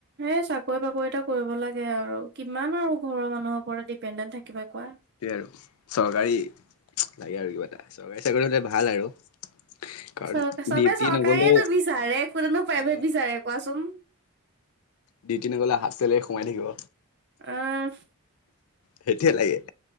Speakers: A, on the right (about 50°); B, on the left (about 75°).
A: এই চাকৰি বাকৰি এটা কৰিব লাগে আৰু কিমান আৰু ঘৰৰ মানুহৰ ওপৰত ডিপেণ্ডেণ্ট থাকিবি কোৱা।
B: সিয়ে আৰু চৰকাৰী লাগে আৰু কিবা এটা চৰকাৰী চাকৰি হ'লে ভাল আৰু। কাৰণ
A: চ চবে
B: ডিউটি
A: চৰকাৰীয়েটো
B: নগ'লেও
A: বিচাৰে কোনেনো প্ৰাইভেট
B: অ
A: বিচাৰে কোৱাচোন?
B: ডিউটি নগলেও হাফতে সোমাই থাকিব
A: অঁহহ
B: সেইটোয়ে লাগে।